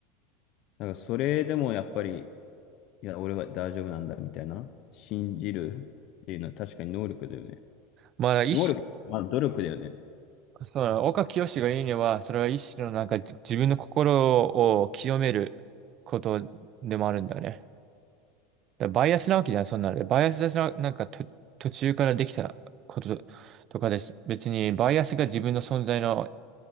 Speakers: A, on the left; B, on the right.
A: だからそれでもやっぱり、いや、俺は大丈夫なんだみたいな、信じるっていうのは確かに能力だよね。
B: まあ、一
A: 能力、まあ努力だよね。
B: 種、その、岡清が言うには、それは一種のなんか、自分の心を清めることでもあるんだよね。だからバイアスなわけじゃん、そんなので。バイアスな、なんかと、途中からできたこととかです。別に、バイアスが自分の存在の